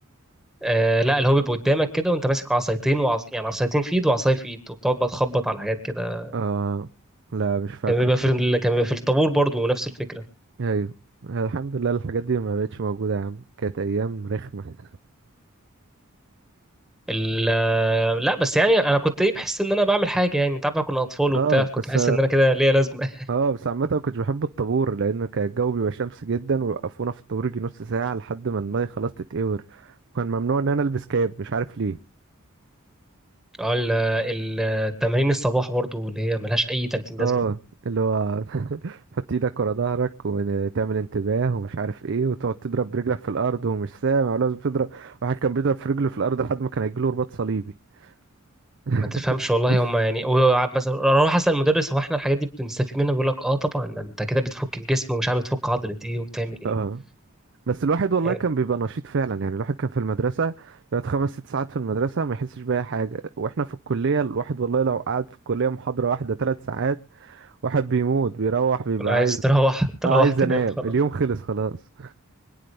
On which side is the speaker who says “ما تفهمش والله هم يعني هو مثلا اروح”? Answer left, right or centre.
Centre